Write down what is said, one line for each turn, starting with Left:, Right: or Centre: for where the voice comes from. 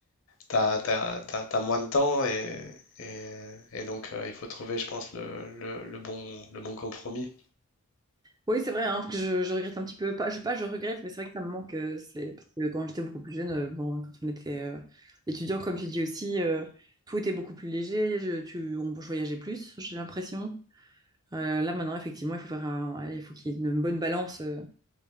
Left: tu as, moins de temps. Et, et- et donc, euh, il faut trouver, je pense, le, le- le bon, le bon compromis.
Right: Oui, c'est vrai hein, que je, je regrette un petit peu, pas je, pas je regrette, mais c'est vrai que ça me manque, euh, c'est parce que quand j'étais beaucoup plus jeune, euh, bon, quand on était euh, étudiant, comme tu dis aussi, euh, tout était beaucoup plus léger, je, tu, on voyageait plus, j'ai l'impression. Euh, là maintenant, effectivement, il faut faire un, il faut qu'il y ait une bonne balance. euh,